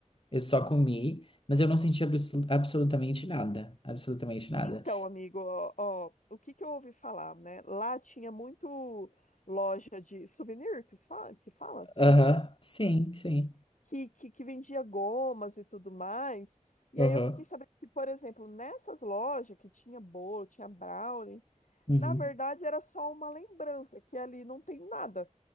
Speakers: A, on the left; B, on the left.
A: Eu só comi, mas eu não senti abso- absolutamente nada. Absolutamente nada.
B: Então, amigo, ó, ó, o que que eu ouvi falar, né? Lá tinha muito loja de souvenir, que se fala, que fala souvenir,
A: Aham, sim, sim.
B: que, que, que vendia gomas e tudo mais. E
A: Aham.
B: aí eu fiquei sabendo que, por exemplo, nessas lojas que tinha bolo, tinha brownie,
A: Uhum.
B: na verdade era só uma lembrança, que ali não tem nada.